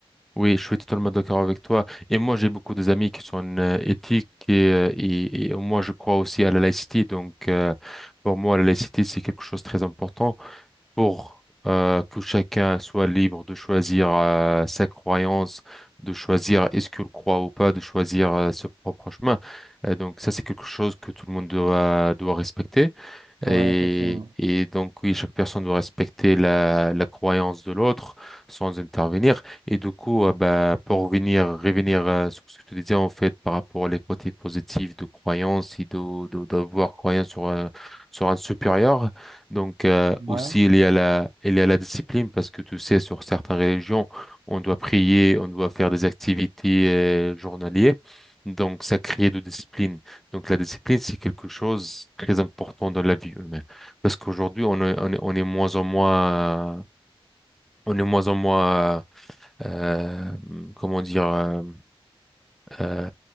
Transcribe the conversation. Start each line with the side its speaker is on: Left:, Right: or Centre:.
Centre: Oui, je suis totalement d'accord avec toi. Et moi, j'ai beaucoup des amis qui sont euh, éthiques et, euh, et, et moi, je crois aussi à la laïcité. Donc, euh, pour moi, la laïcité, c'est quelque chose de très important pour euh, que chacun soit libre de choisir euh, sa croyance, de choisir est-ce qu'il croit ou pas, de choisir euh, son propre chemin. Euh, donc, ça, c'est quelque chose que tout le monde doit, doit respecter.
Right: Ouais,
Centre: Et,
Right: effectivement.
Centre: et donc, oui, chaque personne doit respecter la, la croyance de l'autre sans intervenir. Et du coup, euh, bah, pour revenir, revenir euh, sur ce que tu disais, en fait, par rapport aux côtés positifs de croyance et de, de, d'avoir croyance sur un, sur un supérieur. Donc, euh,
Right: Ouais,
Centre: aussi, il y a la, il y a la discipline parce que tu sais, sur certaines religions, on doit prier, on doit faire des activités euh, journalières. Donc, ça crée de discipline. Donc la discipline, c'est quelque chose de très important dans la vie humaine. Parce qu'aujourd'hui, on est, on est, on est moins en moins, on est moins en moins, euh, comment dire, euh, euh,